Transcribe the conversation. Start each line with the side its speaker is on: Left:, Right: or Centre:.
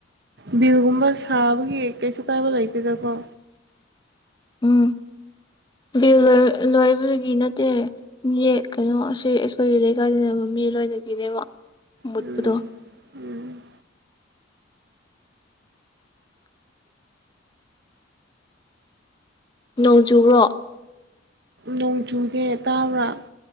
Right: ꯕꯤꯜꯒꯨꯝꯕ ꯁꯥꯕꯒꯤ ꯀꯩꯁꯨ ꯀꯥꯏꯕ ꯂꯩꯇꯦꯗꯀꯣ
Left: ꯎꯝ ꯕꯤꯜ ꯂꯣꯏꯕꯒꯤ ꯅꯠꯇꯦ ꯀꯩꯅꯣ ꯑꯁꯤ ꯑꯩꯈꯣꯏꯒꯤ ꯂꯩꯀꯥꯏꯗ ꯃꯤ ꯂꯣꯏꯅꯒꯤꯅꯦꯕ ꯃꯨꯠꯄꯗꯣ
Right: ꯎꯝ ꯎꯝ
Left: ꯅꯣꯡ ꯆꯨꯕꯣ
Right: ꯅꯣꯡ ꯆꯨꯗꯦ ꯇꯥꯕ꯭ꯔꯥ